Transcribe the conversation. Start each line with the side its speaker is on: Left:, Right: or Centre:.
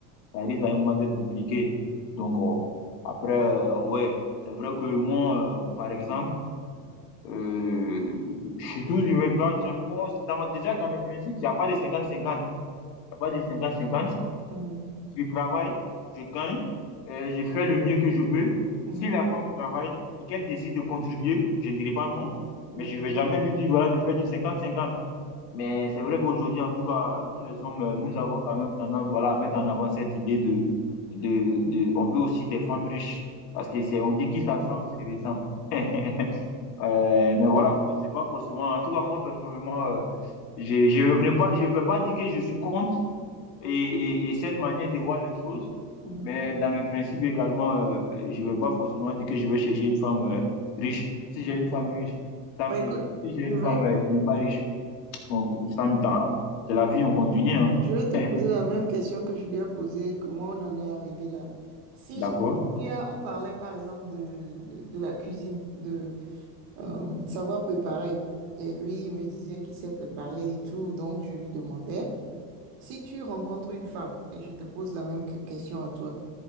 Left: ça risque à un moment d'être compliqué. Donc, euh, après, euh, ouais, c'est vrai que moi, euh, par exemple, euh, je suis toujours du village. Bon, dans ma- déjà, dans mes principes, il n'y a pas de 50-50. Il n'y a pas de 50-50
Right: mhm,
Left: je travaille, je gagne, euh, je fais le mieux que je peux.
Right: mhm,
Left: Si
Right: mhm.
Left: la femme travaille et qu'elle décide de contribuer, je ne dirai pas non,
Right: D'accord.
Left: mais je ne vais jamais lui dire voilà, de faire du cinquante cinquante. Mais c'est vrai qu'aujourd'hui, en tout cas, nous les hommes, euh, nous avons quand même tendance voilà, à mettre en avant cette idée de, de, de... On veut aussi des femmes riches, parce que c'est, on dit qui s'assemble, c'est ressemble. <laughs> Euh, mais voilà, faut- c'est pas forcément... En tout cas, moi, personnellement, euh, je ne vais pas, je vais pas dire que je suis contre, et, et, et, cette manière de voir les choses.
Right: Mhm.
Left: Mais dans mes principes également, euh, je ne veux pas forcément dire que je vais chercher une femme euh, riche. Si j'ai
Right: Ok.
Left: une femme riche, tant
Right: Bah
Left: mieux.
Right: écoute,
Left: Si j'ai
Right: je
Left: une
Right: vais
Left: femme euh, qui n'est pas riche, donc, c'est la vie, on continue. Hein.
Right: Je vais te
Left: <laughs>
Right: poser la même question que je lui ai posée, comment on en est arrivé là? Si,
Left: D'accord.
Right: si tu as, on parlait par exemple de, de, de la cuisine, de euh, savoir préparer, et lui il me disait qu'il sait préparer et tout, donc je lui demandais, si tu rencontres une femme, et je te pose la même que- question à toi,